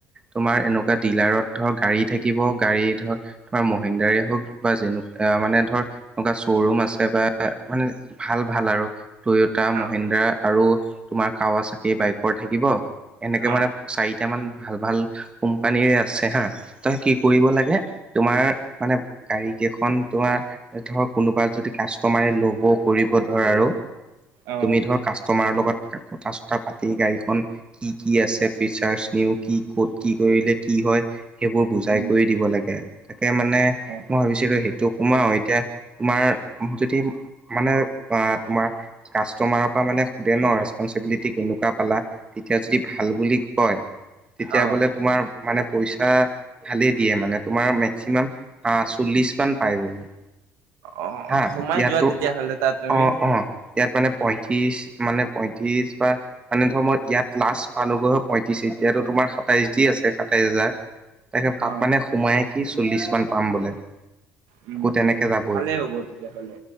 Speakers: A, on the right; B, on the right.
A: তোমাৰ এনেকুৱা ডিলাৰত ধৰ গাড়ী থাকিব গাড়ী ধৰ তো ম হওক বা <unintelligible> যেনে মানে ধৰ এনেকুৱা শ্ব'ৰুম আছে বা মানে ভাল-ভাল আৰু টয়োটা মহিন্দ্ৰা
B: অ
A: আৰু তোমাৰ কাৱা চাকি বাইকৰ থাকিব এনেকে
B: অ
A: মানে চাৰিটা মান ভাল-ভাল কোম্পানীৰে আছে হা তই কি কৰিব লাগে তোমাৰ মানে গাড়ী কেইখন তোমাৰ ধৰ কোনোবা যদি কাচ কাষ্টমাৰে ল'ব কৰিব ধৰ আৰু
B: অ
A: তুমি ধৰ কাষ্টমাৰৰ লগত কথা চথা পাতি গাড়ীখন কি-কি আছে ফিচাৰ্চ নিউ কি ক'ত কি কৰিলে কি হয় সেইবোৰ বুজাই
B: উম
A: কৰি দিব লাগে তাকে মানে মই
B: অ
A: ভাবিছিলো সেইটো সোমাও এতিয়া তোমাৰ যদি মানে তোমাৰ কাষ্টমাৰৰ পৰা মানে সোধে ন ৰেচপনঞ্চিবিলিটি কেনে পালা তেতিয়া যদি ভাল বুলি কয় তেতিয়া
B: অ অ
A: বোলে তোমাৰ মানে পইচা ভালেই দিয়ে মানে তোমাৰ মেক্সিমাম আ চল্লিশ মান পায় বোলে৷
B: আহ
A: হা
B: সোমাই
A: ইয়াতো
B: যোৱা তেতিয়াহ'লে তাত তুমি
A: অ',
B: ৷
A: অ', ইয়াত মানে পঁয়ত্ৰিশ মানে পঁয়ত্ৰিশ বা মানে ধৰ মৰ ইয়াত লাষ্ট পালগৈ হয় পঁয়ত্ৰিশ এ এতিয়াতো তোমাৰ সাতাইছ দি আছে সাতাইছ হাজাৰ ৷ তাকে তাত
B: অ
A: মানে সোমাইে কি চল্লিশ মান পাম বোলে ৷
B: উম।
A: তেনেকে যাবই
B: ভালেই হ'ব তেতিয়াহলে